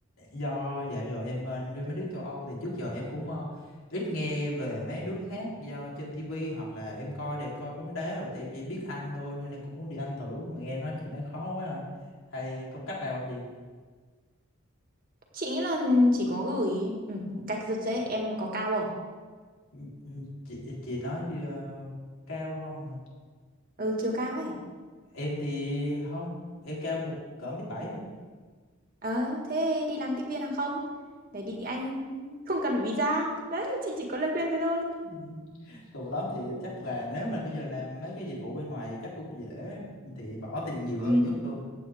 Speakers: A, on the left (about 85°); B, on the right (about 45°).
A: do dạo giờ em bên mấy nước châu Âu thì trước giờ em cũng ờ, ít nghe về mấy nước khác do trên TV hoặc là em coi thì em coi bóng đá rồi thì em chỉ biết Anh thôi nên em cũng muốn đi Anh thử mà nghe nói chị nói khó quá à. Hay có cách nào không chị?
B: chị nghĩ là chỉ có gửi ừ, cách rất dễ em có cao không
A: Ừ, ừ, Chị chị nói ờ, cao không hả?
B: ừ chiều cao ấy
A: Em thì không, em cao một cỡ mét bảy à.
B: ờ thế đi làm tiếp viên hàng không để đi Anh không cần phải visa đấy chị chỉ có lời khuyên thế thôi
A: Ừ. Cùng lắm thì chắc là nếu mà bây giờ làm mấy cái dịch vụ bên ngoài thì chắc cũng dễ thì bỏ tiền nhiều hơn
B: Ừ.
A: chút thôi.